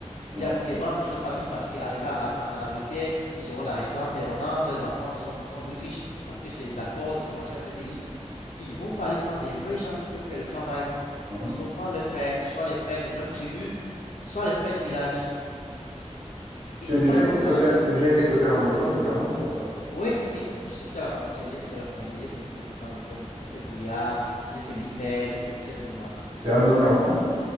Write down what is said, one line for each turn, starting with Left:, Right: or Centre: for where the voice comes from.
Right: mmh,
Left: Il a pris les membres de sa famille parce qu'arrivé en, en Angleterre, ils auront la résidence permanente, leurs enfants sont, sont british parce que c'est les accords diplomatiques entre les pays. Ils vont pas aller prendre des vrais gens qui peuvent faire le travail.
Right: mmh.
Left: Ils vont prendre les frères, soit les frères de même tribu, soit les frères du village. Et
Right: Tu
Left: c'est
Right: as déjà
Left: pas normal
Right: été côté
Left: en fait.
Right: tu
Left: <laughs>
Right: as déjà été côté anglophone du Cameroun, toi, ou pas?
Left: Oui, si, je suis à la frontière, j'ai vécu à la frontière, j'ai beaucoup fait le côté anglophone. J'ai fait Bouya, j'ai fait Limbé, j'ai fait toutes ces zones-là.
Right: C'est un autre Cameroun, hein?